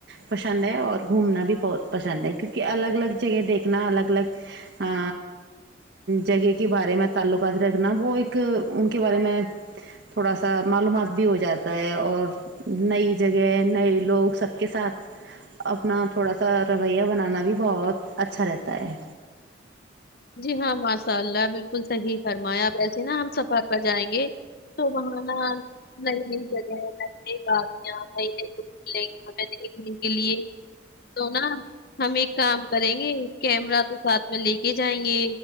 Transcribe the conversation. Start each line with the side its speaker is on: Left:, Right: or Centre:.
Right: پشند ہے اور گھومنا بھی بہت پشند ہے کیونکہ الگ الگ کہ دیکھنا الگ الگ ا جگہ کے بارے میں تعلقات رکھنا وہ ایک ان کے بارے میں تھوڑا سا معلومات بھی ہو جاتا ہے اور نئی جگہ نئے لوگ سب کے ساتھ اپنا تھوڑا سا رویہ بنانا بھی بہت اچھا رہتا ہے
Left: جی ہاں ماشاء اللہ بالکل صحیح فرمایا اب وسے نا ہم سفر پر جائیں گے تو بہان نئی نئی جگہ ہے یہاں ل میں ہمیں دیکھنے کے لیے تو نا ہم ایک کام کریں گے کیمرہ تو ساتھ میں لے کے ہی جائیں گے